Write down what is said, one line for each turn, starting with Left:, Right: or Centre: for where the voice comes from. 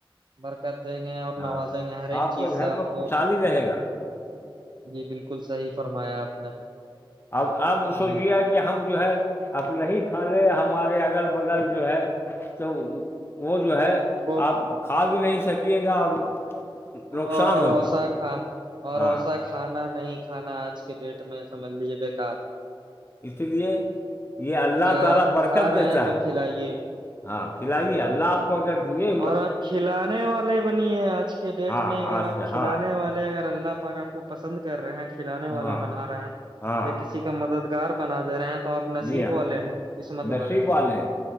Right: برکت دیں گے اور
Left: ہاں
Right: نواز ہر ایک چیز
Left: کے
Right: سے
Left: گھر
Right: آپ
Left: میں
Right: کو
Left: خوشحالی رہے گا
Right: جی بالکل صحیح فرمایا آپ نے
Left: اب اب سوچے
Right: جی بالکل
Left: کہ ہم جو ہے اب نہیں کھا لے ہم ہمارے اگل بگل جو ہے تو وہ جو ہے
Right: وہ
Left: آپ کھا بھی نہیں سکیے گا اور نقصان
Right: اوروسا
Left: ہوگا
Right: کھا اوروسا
Left: ہاں
Right: کھانا نہیں کھانا آج کے ڈیٹ میں سمجھ لیجے بےیکار
Left: اسی لیے یہ اللہ
Right: ہے۔ اگر
Left: تعالی
Right: آپ
Left: برکت
Right: کھا رہے
Left: دیتا
Right: ہیں تو
Left: ہے
Right: کھلائیے بھی
Left: ہاں کھلائیے اللہ آپ پا کر دیجیے
Right: اور آپ کھلانے والے بنیے آج کے ڈیٹ
Left: ہاں
Right: میں اگر
Left: ہاں
Right: آپ
Left: سے
Right: کھلانے
Left: ہاں
Right: والے اگر اللہ پاک کو پسند کر رہے ہیں کھلانے
Left: ہاں
Right: والا بنا رہے ہیں
Left: ہاں
Right: یا کسی کا مددگار بنا دے رہے ہیں تو آپ نصیب
Left: جی ہاں
Right: والے ہیں قسمت والے
Left: نسی وال ہیں